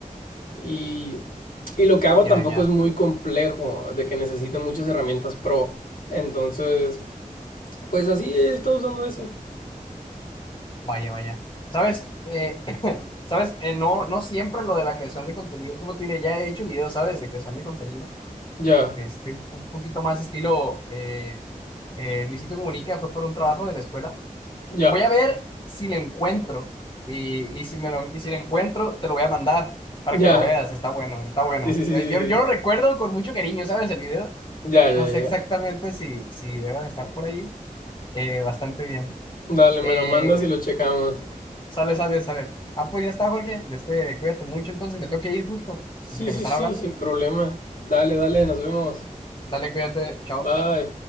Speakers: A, on the left (about 85°); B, on the left (about 35°).
A: Y, y lo que hago
B: Ya,
A: tampoco
B: ya.
A: es muy complejo, de que necesite muchas herramientas pro. Entonces, pues así he estado usando ese.
B: Vaya, vaya. ¿Sabes? Eh, <laughs> ¿sabes? Eh, no, no siempre lo de la creación de contenido, como te diré, ya he hecho videos, ¿sabes? De creación de contenido.
A: Ya,
B: Este, un poquito más estilo eh, eh, Luisito Comunica, fue por un trabajo de la escuela.
A: ya,
B: Voy a ver si lo encuentro. Y, y si me lo, y si lo encuentro, te lo voy a mandar para
A: ya.
B: que lo veas. Está bueno, está bueno.
A: Sí, sí, sí,
B: Eh,
A: sí.
B: Yo, yo lo
A: sí.
B: recuerdo con mucho cariño, ¿sabes? El video.
A: Ya, ya,
B: No sé
A: ya.
B: exactamente si, si debe de estar por ahí. eh, bastante bien.
A: Dale, me
B: Eh,
A: lo mandas y lo checamos.
B: Sale, sale, sale. Ah, pues ya está, Jorge. Este, cuídate mucho, entonces me tengo que ir justo.
A: Sí,
B: Que me
A: sí,
B: están
A: sí,
B: hablando.
A: sin problema. Dale, dale, nos vemos.
B: Dale, cuídate. Chao.
A: Bye.